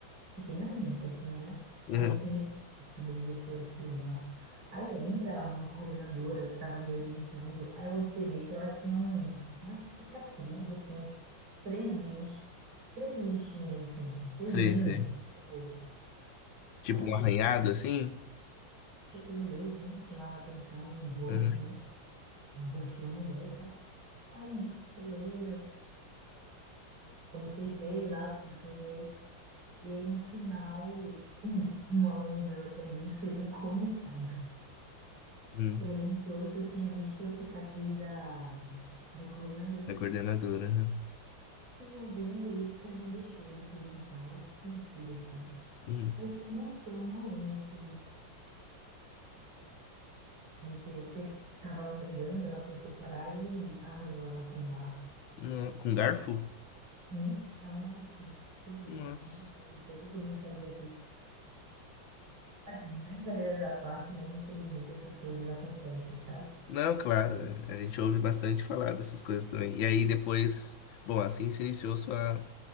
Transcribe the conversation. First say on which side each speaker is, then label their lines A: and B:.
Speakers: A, on the right; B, on the left.
A: fiquei na minha, quietinha, né?
B: Uhum.
A: Observei. O primeiro dia foi observar. Aí entra uma coordenadora que estava me orientando. Aí eu observei que ela tinha um, uma cicatriz, assim, três lix três lixinhas, assim, três
B: Sei,
A: linhas
B: sei.
A: no rosto.
B: Tipo
A: Aí eu achei,
B: um arranhado, assim?
A: achei curioso, né? Chamava atenção no rosto,
B: Uhum.
A: né? No rosto de uma mulher e tal. Aí, beleza, observei lá o que tinha que fazer. E aí, no final, <laughs> um aluno veio até mim e fez um comentário.
B: Hum.
A: Perguntou se eu tinha visto a cicatriz da, da coordenadora.
B: Da
A: Eu disse,
B: coordenadora, aham.
A: sim, eu vi. Aí eu caí na besteira de perguntar o que tinha sido aquilo.
B: Hum.
A: Aí ele falou, não, foi um aluno que meteu, pegou, tava brigando, ela foi separar, ele arranhou ela com um garfo.
B: No- Com garfo?
A: Sim, eu, nossa, que legal.
B: Nossa.
A: Isso é O que eu vim fazer aqui? Assim, brincadeiras à parte, mas infelizmente essas coisas acontecem, sabe?
B: Não, claro, é, a gente ouve bastante falar dessas coisas também. E aí depois, bom, assim se iniciou sua